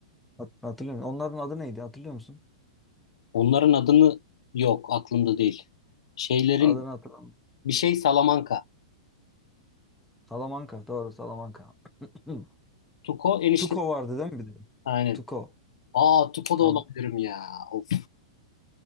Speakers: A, in the centre; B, on the left.
A: Hat- Hatırlıyor musun? Onların adı neydi? Hatırlıyor musun?
B: Onların adını yok aklımda değil. Şeylerin
A: Adını hatırlamıyorum.
B: bir şey Salamanca.
A: Salamanca. Doğru Salamanca. <clears throat>
B: Tuko enişte.
A: Tuko vardı değil mi bir de?
B: Aynen.
A: Tuko.
B: Aa Tuko
A: Tamam.
B: da olabilirim ya. Of.